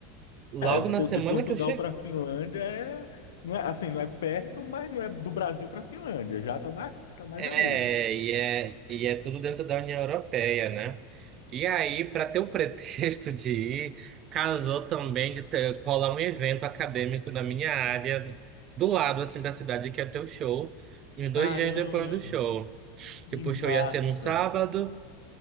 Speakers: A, on the right; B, on the left.
A: Logo
B: É,
A: na
B: pô,
A: semana
B: de Portugal
A: que eu cheguei.
B: para Finlândia é, não é assim, não é perto, mas não é do Brasil para Finlândia, já tá mais, tá mais
A: É,
B: ali.
A: e é, e é tudo dentro da União Europeia, né? E aí, para ter o <laughs> pretexto de ir, casou também de ter, rolar um evento acadêmico na minha área, do lado, assim, da cidade que ia ter o show, uns dois
B: Caramba,
A: dias depois do show.
B: Que
A: Tipo,
B: massa!
A: o show ia ser num sábado.